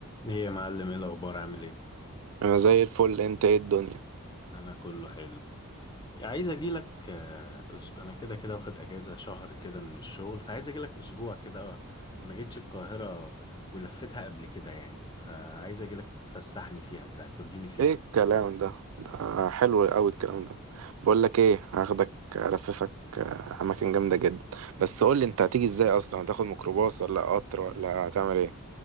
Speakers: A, on the left; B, on the right.
A: ايه يا معلم ايه الاخبار عامل ايه
B: انا زي الفل انت ايه الدنيا
A: انا كله حلو عايز اجي لك انا كده كده واخد اجازه شهر كده من الشغل فعايز اجي لك اسبوع كده آه، ما جيتش القاهره ولفتها قبل كده يعني فعايز اجي لك تفسحني فيها كده هتوديني فين
B: ايه الكلام ده ده حلو قوي الكلام ده بقول لك ايه هاخدك الففك آه، اماكن جامده جدا بس قول لي انت هتيجي ازاي اصلا هتاخد ميكروباص ولا قطر ولا هتعمل ايه